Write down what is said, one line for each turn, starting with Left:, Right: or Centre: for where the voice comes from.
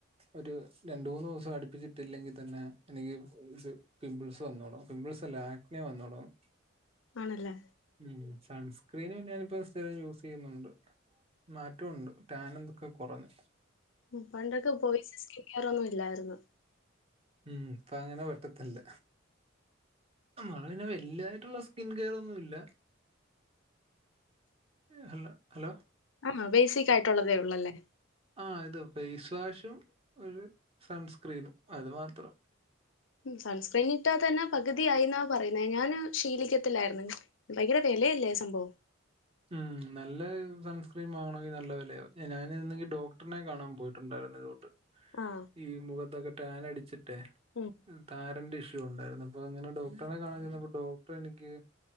Right: ഒരു രണ്ടു മൂന്ന് ദിവസം അടുപ്പിച്ചിട്ടില്ലെങ്കി തന്നെ എനിക്ക് ഇത് പിമ്പിൾസ് വന്നു തുടങ്ങും പിമ്പിൾസ് അല്ല ആഗ്‌നെ വന്നോടങ്ങും
Left: ആണല്ലേ.
Right: ഉം സൺസ്ക്രീന് പിന്നെ അതിപ്പോ സ്ഥിരം യൂസ് ചെയ്യുന്നുണ്ട്. മാറ്റവുണ്ട് ടാൻ ഇന്തൊക്കെ കുറഞ്
Left: മ് പണ്ടൊക്കെ ബോയ്സ് സ്കിൻകെയറൊന്നും ഇല്ലാരുന്നു.
Right: ഉം ഇപ്പൊ അങ്ങനെ പറ്റത്തില്ല. മ്മള് പിന്നെ വല്യതായിട്ടുള്ള സ്കിൻ കെയർ ഒന്നുല്ല. ഹലോ ഹലോ
Left: ആണോ ബേസിക് ആയിട്ടുള്ളതേ ഉള്ളല്ലേ?
Right: ആഹ് ഇത് ഫേസ് വാഷും ഒരു സൺസ്ക്രീനും അത് മാത്രം.
Left: ഉം സൺസ്ക്രീൻ ഇട്ടാ തന്നെ പകുതിയായിന്നാ പറയുന്നേ ഞാന് ശീലിക്കത്തില്ലായിരുന്ന് ഇങ്ങനെ. ഭയങ്കര വിലയല്ലേ സംഭവം
Right: ഉം നല്ല സൺസ്ക്രീൻ വാങ്ങണമെങ്കിൽ നല്ല വിലയാവും ഞാൻ ഒന്നെങ്കി ഡോക്ടറിനെ കാണാൻ പോയിട്ട് ണ്ടായിരുന്നെത് തൊട്ട്.
Left: ആഹ്
Right: ഈ മുഖത്തൊക്കെ ടാൻ അടിച്ചിട്ടെ
Left: ഉം
Right: താരന്റെ ഇഷ്യൂ ഉണ്ടായിരുന്നു അപ്പൊ അങ്ങനെ ഡോക്ടർനെ കാണാൻ ചെന്നപ്പൊ ഡോക്ടർ എനിക്ക്